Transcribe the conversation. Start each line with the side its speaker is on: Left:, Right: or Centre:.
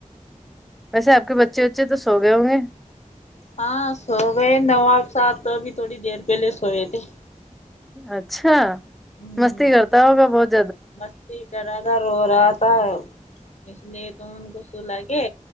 Centre: ویسے آپ کے بچے وچے تو سو گئے ہوں گے <unintelligible>
Left: ہاں سو گئے نو سات تو ابھی تھوڑی دیر پہلے سوئے تھے <unintelligible>
Centre: اچھا <unintelligible>
Left: ہوں
Centre: مستی کرتا ہوگا بہت <unintelligible>
Left: مستی کر <unintelligible> ر ر رہا تھا اس لیے تو ان کو سولا کے